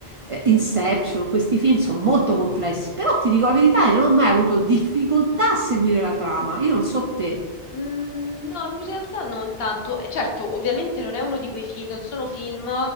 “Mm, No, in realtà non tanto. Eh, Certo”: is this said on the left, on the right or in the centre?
Left